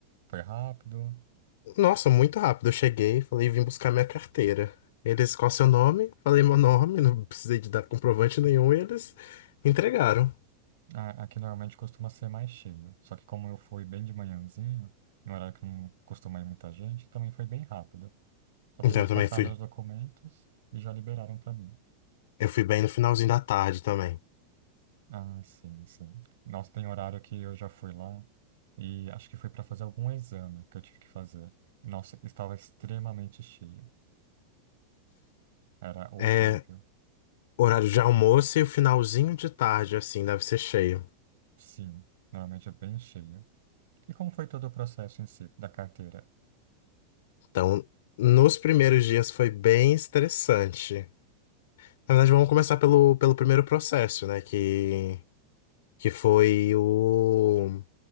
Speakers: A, on the right; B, on the left.
A: Foi rápido?
B: Nossa, muito rápido. Eu cheguei, falei, vim buscar minha carteira. Eles, qual é o seu nome? Falei meu nome, não precisei de dar comprovante nenhum, e eles entregaram.
A: A- Aqui normalmente costuma ser mais cheio. Só que como eu fui bem de manhãzinho, em um horário que não costuma ir muita gente, também foi bem rápido. Só precisei
B: Então eu
A: de
B: também
A: passar
B: fui.
A: meus documentos e já liberaram pra mim.
B: Eu fui bem no finalzinho da tarde também.
A: Ah, sim, sim. Nossa, tem horário que eu já fui lá e acho que foi pra fazer algum exame que eu tive que fazer. Nossa, estava extremamente cheio. Era horrível.
B: É horário de almoço e o finalzinho de tarde, assim, deve ser cheio.
A: Sim, normalmente é bem cheio. E como foi todo o processo em si da carteira?
B: Então, nos primeiros dias foi bem estressante. Na verdade, vamos começar pelo, pelo primeiro processo, né? Que, que foi o